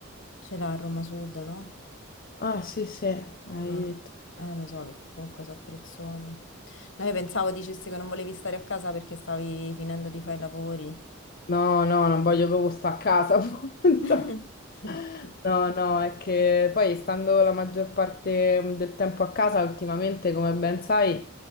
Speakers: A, on the left; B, on the left.
A: ce l'ha a Roma Sud, no?
B: Ah, sì, sì, hai
A: Eh,
B: detto.
A: eh, lo so che comunque so prezzoni. No, io pensavo dicessi che non volevi stare a casa perché stavi finendo di fare i lavori.
B: No, no, non voglio proprio stare a casa, <laughs> appunto.
A: <laughs>
B: No, no, è che poi stando la maggior parte mm, del tempo a casa, ultimamente, come ben sai,